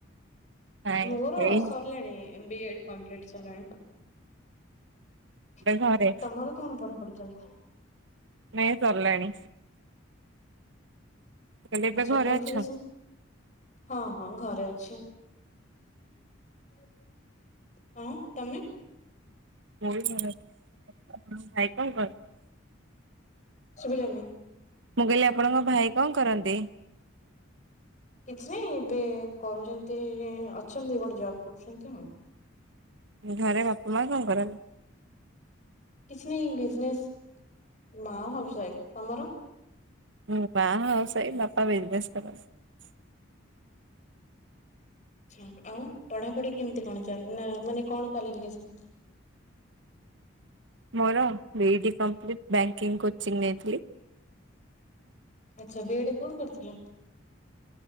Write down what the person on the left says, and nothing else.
ମୋର
ସରିଲାଣି
ବି ଏଡ କମ୍ପ୍ଲୀଟ୍ ସରିଲାଣି? <inaudible> <inaudible>
ତମର କଣ ପଢାପଢି? <inaudible>
<unintelligible>
ହଁ। ହଁ ଘରେ ଅଛି। <inaudible> ହଁ ତମେ?
ସୁବିଲାନି?
କିଛି ନାଇଁ ଏବେ କରୁଚନ୍ତି ଅଛନ୍ତି ଗୋଟେ ଜବ କରୁଛନ୍ତି ଆଉ।
କିଛି ନାଇଁ ବିଜନେସ୍ ମା ହାଉସ ୱାଇଫ ତମର?
ଆଛ ଆଉ ପଢାପଢି କେମତି କଣ ମାନେ କଣ କ୍ବଳିଫ କେସନ୍?
ଆଚ୍ଛା ବି ଇଡି କୋଉଠି ପଡ଼ିଥିଲେ?